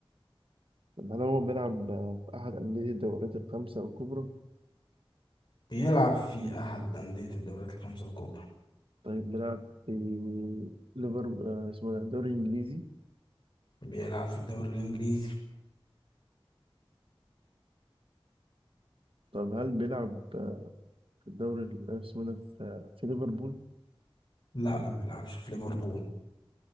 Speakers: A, on the right; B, on the left.
A: طب هل هو بيلعب في احد انديه الدوريات الخمسه الكبرى
B: بيلعب في أحد أندية الدوريات الخمسة الكبرى
A: طيب بيلعب في ليفر آه، اسمه ده الدوري الانجليزي
B: بيلعب في الدوري الإنجليزي؟
A: طب هل بيلعب آه، في الدوري ال- آه، اسمه ده في آه، في ليفربول
B: لا ما بيلعبش في ليفربول